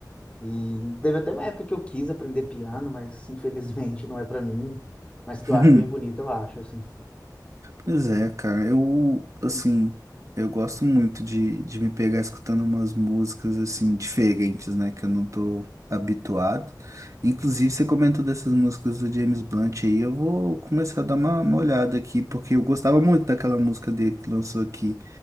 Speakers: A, on the left; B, on the right.
A: E teve até uma época que eu quis aprender piano, mas infelizmente não é pra mim. Mas que
B: <laughs>
A: eu acho bem bonito, eu acho, assim.
B: Pois é, cara, eu, assim, eu gosto muito de, de me pegar escutando umas músicas, assim, diferentes, né, que eu não tô habituado. Inclusive, você comentou dessas músicas do James Blunt aí, eu vou começar a dar uma, uma olhada aqui, porque eu gostava muito daquela música dele que lançou aqui.